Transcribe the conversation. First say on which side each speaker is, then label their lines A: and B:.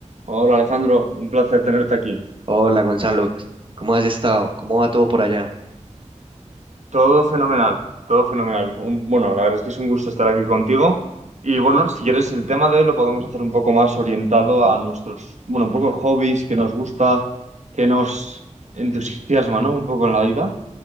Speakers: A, on the right (about 65°); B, on the right (about 40°).
A: Hola Alejandro, un placer tenerte aquí.
B: Hola Gonzalo, ¿cómo has estado? ¿Cómo va todo por allá?
A: Todo fenomenal, todo fenomenal. Un- bueno, la verdad es que es un gusto estar aquí contigo. Y bueno, si quieres, el tema de hoy lo podemos hacer un poco más orientado a nuestros, bueno, un poco hobbies que nos gusta, que nos entusiasma, ¿no? Un poco en la vida.